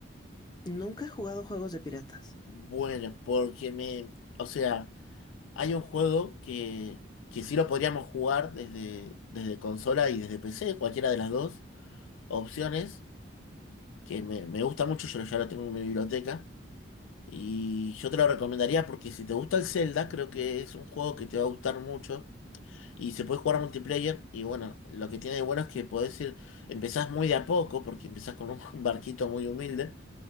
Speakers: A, on the left; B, on the left.
A: Nunca he jugado juegos de piratas.
B: Bueno, porque me, o sea, hay un juego que, que sí lo podríamos jugar desde, desde consola y desde PC, cualquiera de las dos opciones, que me, me gusta mucho, yo ya lo tengo en mi biblioteca Y yo te lo recomendaría porque si te gusta el Zelda, creo que es un juego que te va a gustar mucho. Y se puede jugar multiplayer. Y bueno, lo que tiene de bueno es que podés ir, empezás muy de a poco, porque empezás con un <laughs> barquito muy humilde.